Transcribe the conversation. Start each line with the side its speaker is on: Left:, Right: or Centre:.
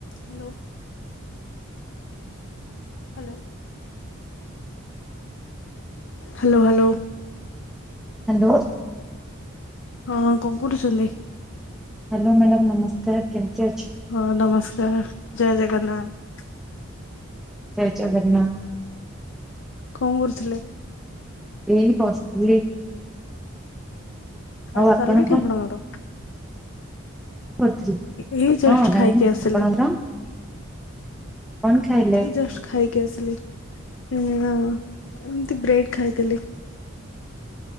Left: Hello. Hello. Hello hello.
Centre: Hello.
Left: ହଁ କଣ କରୁଛନ୍ତି?
Centre: ହ୍ୟାଲୋ ମ୍ୟାଡାମ ନମସ୍କାର କେମତି ଅ
Left: ହଁ ନମସ୍କାର ଜୟ ଜଗନ୍ନାଥ।
Centre: ଜୟ ଜଗନ୍ନାଥ।
Left: କଣ କରୁଥିଲେ?
Centre: ଏଇ ବସିଥିଲି।
Left: ଖାଇବା
Centre: ଆଉ ଆପଣ
Left: ସରିଲାଟି
Centre: କଣ
Left: ଆପଣଙ୍କର?
Centre: କରୁଥିଲେ?
Left: ଏଇ ଜଷ୍ଟ
Centre: ହଁ ରାଣୀ
Left: ଖାଇକି ଆସିଲି।
Centre: ଆପଣଙ୍କର କଣ ଖାଇଲେ?
Left: ଏଇ ଜଷ୍ଟ ଖାଇକି ଆସିଲି। ହଁ ଏମିତି ବ୍ରେଡ୍ ଖାଇଦେଲି।